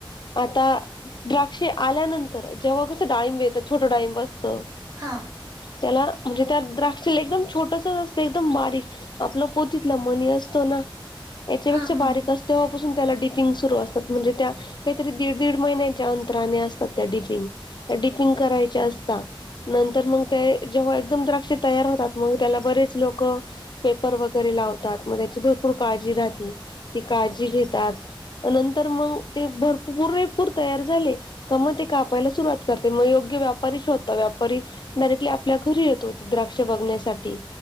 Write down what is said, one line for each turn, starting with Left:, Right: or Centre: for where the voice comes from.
Left: आता द्राक्ष आल्यानंतर जेव्हा कसं डाळिंब येतं छोटं डाळिंब असतं
Right: हां
Left: त्याला म्हणजे त्या द्राक्षला एकदम छोटसच असतं एकदम बारीक आपला पोतीतला मनी असतो ना याच्यापेक्षा
Right: हा हा
Left: बारीक अस तेव्हापासून त्याला डीप पिंग सुरु असतात म्हणजे त्या काहीतरी दीड दीड महिन्याच्या अंतराने असतात त्या डिफिंग. त्या डिपिंग करायचे असता. नंतर मग ते जेव्हा एकदम द्राक्ष तयार होतात मग त्याला बरेच लोकं पेपर वगैरे लावतात मग त्याची भरपूर काळजी राहती ती काळजी घेतात नंतर मग ते भर पुरेपूर तयार झाले का मग ते कापायला सुरुवात कर ते म योग्य व्यापारीच होता व्यापारी डायरेक्टली आपल्या घरी येतो द्राक्ष बघण्यासाठी